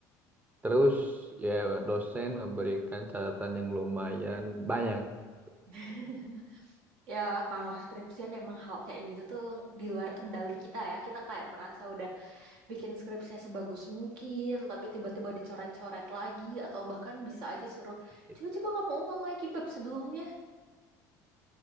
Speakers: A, on the right (about 20°); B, on the right (about 75°).
A: Terus ya dosen memberikan catatan yang lumayan banyak. <laughs>
B: <laughs> Ya, kalau skripsian emang hal kayak gitu tuh di luar kendali kita ya. Kita kayak merasa udah bikin skripsinya sebagus mungkin, tapi tiba-tiba dicoret-coret lagi, atau bahkan bisa aja suruh,
A: Gitu.
B: coba-coba kamu ulang lagi bab sebelumnya.